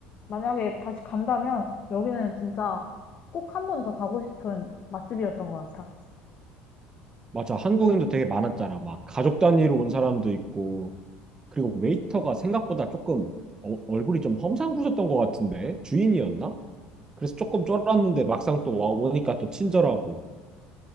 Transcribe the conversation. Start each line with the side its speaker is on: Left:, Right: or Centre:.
Left: 만약에 다시 간다면 여기는 진짜 꼭 한 번 더 가고 싶은 맛집이었던 것 같아.
Right: 맞아 한국인도 되게 많았잖아. 막 가족 단위로 온 사람도 있고 그리고 웨이터가 생각보다 조금 어- 얼굴이 좀 험상궂었던 것 같은데 주인이었나? 그래서 조금 쫄았는데 막상 또 와- 오니까 또 친절하고